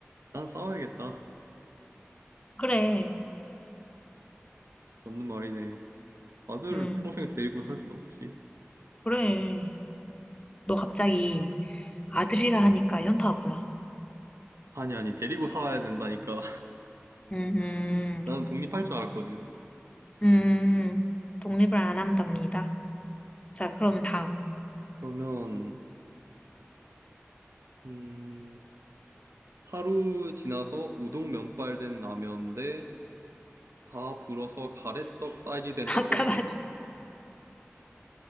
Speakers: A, on the right; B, on the left.
A: 나는 싸워야겠다.
B: 그래.
A: 맞는 말이네. 아들을
B: 응.
A: 평생 데리고 살 순 없지.
B: 그래. 너 갑자기 아들이라 하니까 현타 왔구나.
A: 아니, 아니, 데리고 살아야 된다니까. <laughs>
B: 음, 음,
A: 나는 독립할 줄 알았거든.
B: 음. 독립을 안 한답니다. 자, 그러면 다음.
A: 그러면, 음, 하루 지나서 우동 면발 된 라면 대 다 불어서 가래떡 사이즈 된
B: <laughs>
A: 떡볶이.
B: 아까 나,